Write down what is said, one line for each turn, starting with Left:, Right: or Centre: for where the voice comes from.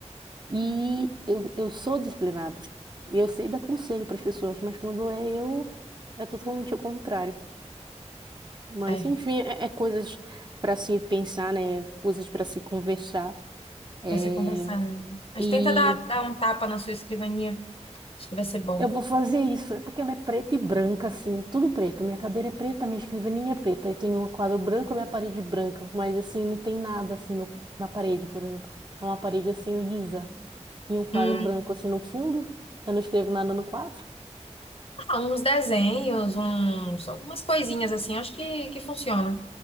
Right: E eu, eu sou disciplinada. E eu sei dar conselho para as pessoas, mas quando é eu, é totalmente o contrário. Mas,
Left: é,
Right: enfim, é é coisas para se pensar, né? Coisas para se conversar. É,
Left: vai ser conversar. Mas
Right: e
Left: tenta dar, dar um tapa na sua escrivaninha, acho que vai ser bom.
Right: eu vou fazer isso. É porque ela é preta e branca, assim, tudo preto. Minha cadeira é preta, minha escrivaninha é preta. Aí tem um quadro branco, minha parede branca. Mas, assim, não tem nada, assim, no- na parede, por exemplo. É uma parede, assim, lisa. E um quadro
Left: hum
Right: branco, assim, no fundo. Eu não escrevo nada no quadro.
Left: Ah, uns desenhos, uns, algumas coisinhas assim, acho que, que funciona.